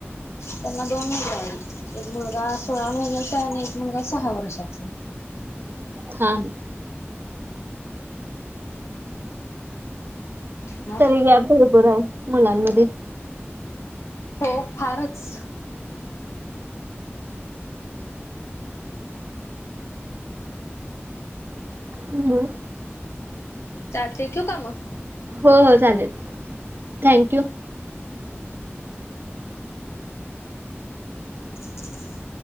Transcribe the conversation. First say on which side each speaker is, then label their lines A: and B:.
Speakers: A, on the left (about 75°); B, on the right (about 55°).
A: त्यांना दोन मुल हायत, एक मुलगा सोळा महिना चा, अन् एक मुलगा सहा वर्षाच.
B: थांब,
A: मग
B: तरी गॅप भरपूर आहे, मुलांमध्यी.
A: हो फारच,
B: हम,
A: चालतेय ठेवऊ, का म.
B: हो हो चालेल, थँक यू!
A: <unintelligible>